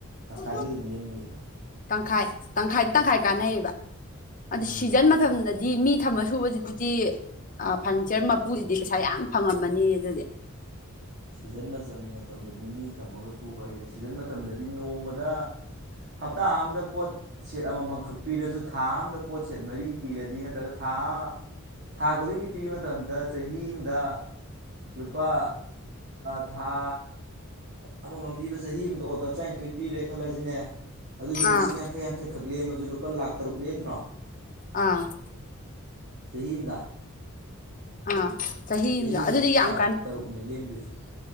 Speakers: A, on the right; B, on the left.
A: ꯇꯪꯈꯥꯏꯗꯤ
B: ꯎ
A: ꯑꯗꯨꯝ ꯂꯦꯝꯃꯤꯅꯤꯗꯅ
B: ꯇꯪꯈꯥꯏ ꯇꯪꯈꯥꯏꯗꯤ ꯇꯪꯈꯥꯏ ꯀꯥꯟꯅꯩꯌꯦꯕ ꯑꯗꯨ
A: ꯎꯝ
B: ꯁꯤꯖꯟ ꯃꯇꯝꯗꯗꯤ ꯃꯤ ꯊꯝꯃ ꯊꯨꯕꯗꯗꯗꯤ ꯐꯔꯅꯤꯆꯔ ꯃꯄꯨꯁꯤꯗꯤ ꯄꯩꯁꯥ ꯌꯥꯝ ꯐꯪꯉꯝꯃꯅꯤ ꯑꯗꯨꯗꯤ
A: ꯁꯤꯖꯟ ꯃꯇꯝꯗꯗꯤ ꯃꯤ ꯊꯝꯃꯒ ꯁꯨꯕ ꯍꯥꯏꯁꯦ ꯁꯤꯖꯟ ꯃꯇꯝꯗꯗꯤ ꯅꯣꯡꯃꯗ ꯍꯞꯇꯥ ꯑꯝꯗ ꯄꯣꯠ ꯁꯦꯠ ꯑꯃꯃꯝꯈꯛ ꯄꯤꯔꯁꯨ ꯊꯥ ꯑꯝꯗ ꯄꯣꯠꯁꯦꯠ ꯃꯔꯤ ꯄꯤꯔꯗꯤ ꯅꯠꯇ꯭ꯔꯒ ꯊꯥ ꯑꯃ ꯊꯥ ꯈꯨꯗꯤꯡꯒꯤ ꯄꯤꯕ ꯃꯇꯝꯗ ꯆꯍꯤ ꯑꯃꯗ ꯂꯨꯄꯥ ꯊꯥ ꯑꯃꯃꯝ ꯄꯤꯕ ꯆꯍꯤ ꯑꯃꯗ ꯑꯣꯗꯔ ꯇꯔꯥꯅꯤꯊꯣꯏ ꯄꯤꯔꯦ ꯈꯜꯂꯁꯤꯅꯦ ꯑꯗꯨꯗꯤ
B: ꯑꯥ
A: ꯂꯤꯁꯤꯡ ꯌꯥꯡꯈꯩ ꯌꯥꯡꯈꯩꯈꯛ ꯂꯦꯝꯃꯁꯨ ꯂꯨꯄꯥ ꯂꯥꯛ ꯇꯔꯨꯛ ꯂꯦꯝꯗ꯭ꯔꯣ
B: ꯑꯥ
A: ꯆꯍꯤꯑꯝꯗ
B: ꯑ ꯆꯍꯤ
A: ꯆꯍꯤ ꯑꯃꯗ
B: ꯑꯗꯨꯗꯤ
A: ꯂꯨꯄꯥ
B: ꯌꯥꯝ
A: ꯂꯥꯛ ꯇꯔꯨꯛꯅꯤ ꯂꯦꯝꯗꯣꯏꯁꯦ